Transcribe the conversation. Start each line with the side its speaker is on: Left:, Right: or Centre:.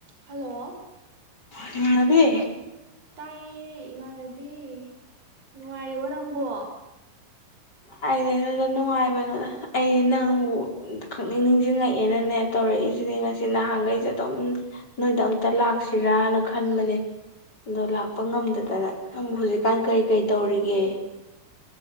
Right: ꯍꯜꯂꯣ
Left: ꯗꯤ
Right: ꯇꯥꯏ ꯏꯃꯥꯟ ꯕꯤ ꯅꯨꯡꯉꯥꯏꯔꯤꯕꯣ ꯅꯪꯕꯣ
Left: ꯂꯏꯗꯩꯅꯣꯗ ꯅꯨꯡꯉꯥꯏꯕꯅꯣꯗ ꯑꯩꯁ ꯅꯪꯕꯨ ꯈꯛꯅꯤꯡ ꯅꯤꯡꯁꯤꯡꯉꯛꯑꯦꯅꯅꯦ ꯇꯧꯔꯛꯏꯁꯤꯅꯦ ꯉꯁꯤ ꯅꯍꯥꯟꯈꯩꯁꯦ ꯑꯗꯨꯝ ꯅꯣꯏꯗ ꯑꯝꯇ ꯂꯥꯛꯁꯤꯔꯅ ꯈꯟꯕꯅꯦ ꯑꯗꯣ ꯂꯥꯛꯄ ꯉꯝꯗꯗꯅ ꯅꯪꯕꯨ ꯍꯧꯖꯤꯛꯀꯥꯟ ꯀꯔꯤ ꯀꯩ ꯇꯧꯔꯤꯒꯦ